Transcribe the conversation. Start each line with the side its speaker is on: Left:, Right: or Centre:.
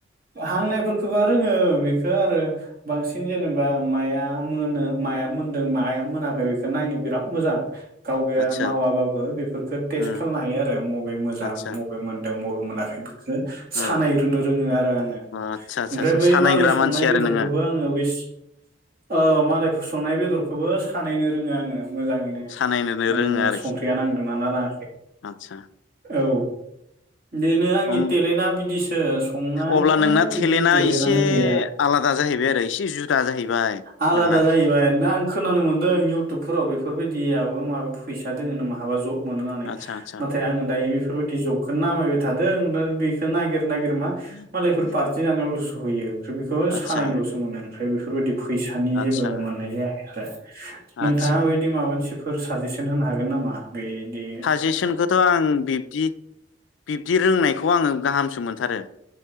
Right: हांनायफोरखोबा रोंङो बे खो आरो बांसिन जेनेबा माया मोनो माया मोनदों माया मोनाखै बेखौ नायनो बिराद मोजां। गावगाया
Left: आतसा
Right: मावाबाबो बेफोरखोथ टेस्ट
Left: उम
Right: खालामनो हायो आरो मबे मोजां
Left: आतसा
Right: मबे मोनदों मबे मोनाखै बेखौ सानायग्रोनो
Left: औ
Right: रोंङो आरो आंङो
Left: आतसा आतसा
Right: ओमफ्राय
Left: आतसा
Right: बै
Left: सानायग्रा
Right: मालाय संनाय
Left: मानसि
Right: बेदरखौबो
Left: आरो नोङो
Right: आंङो बैस ओ मालायफोर सं नाय बेदरखौबो सानायनो रोंङो आंङो। मोजांङैनो
Left: सानायनोनो
Right: ओम
Left: रोङो आरोखि
Right: संख्रिया नांदों ना नाङा
Left: आतसा
Right: औ बिदिनो आंनि
Left: उम
Right: टेलेन्टआ बिदिसो संनायनि
Left: अब्ला नोंना
Right: बिदि
Left: टेलेन्टआ
Right: टेलेन्टनो
Left: एसे
Right: गैया
Left: आलादा जाहैबाय आरो एसे जुदा जाहैबाय
Right: आलादा
Left: नोंना
Right: जाहैबाय आं खोनानो मोनदों फोराव बेफोरबायदियाबो माबा फैसा दोंङो नामा माबा जब मोनो
Left: आतसा आतसा
Right: नाथाय आंङो दायो बेफोरबायदि जबखौनो नामायबाय थादों बेखौ नागिर नागिर मा
Left: अ
Right: मालायफोर फारथि जानायावल होयो ओमफ्राय बेखौ
Left: आतसा
Right: सानायनिलसो मोनो ओमफ्राय बेफोरबायदि फैसानि
Left: आतसा
Right: जेबो मोननाय जायाखै आरो नोंथाङा
Left: आतसा
Right: बेबादि माबा मोनसे फोर साजेसन होनो हागोन नामा? बिदि
Left: कुयसन खौथ' आं बिब्दि रोंनायखौ आङो गाहामसो मोनथारो।